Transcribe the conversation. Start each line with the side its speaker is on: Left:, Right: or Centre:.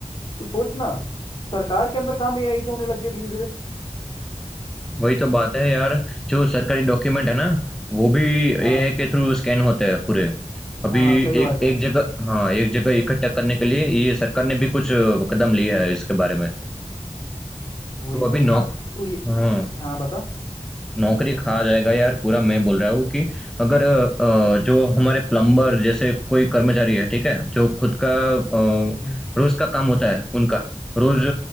Left: तो सोच ना सरकार के अंदर काम एआई से होने लग गया धीरे धीरे
Centre: वही तो बात है यार जो सरकारी डॉक्यूमेंट है ना वो भी एआई
Left: हाँ
Centre: के थ्रू स्कैन होते हैं पूरे अभी
Left: हाँ सही बात
Centre: एक
Left: है
Centre: एक जगह हाँ एक जगह इकट्ठा करने के लिए ये सरकार ने भी कुछ अ, कदम लिया है इसके बारे में
Left: वही
Centre: तो
Left: वही
Centre: अभी नौक
Left: ना तो ये
Centre: हाँ
Left: हाँ बता
Centre: नौकरी खा जाएगा यार पूरा मैं बोल रहा हूँ कि अगर अ, अ, जो हमारे प्लम्बर जैसे कोई कर्मचारी है ठीक है जो खुद का अ,
Left: हम्म,
Centre: रोज का काम होता है उनका रोज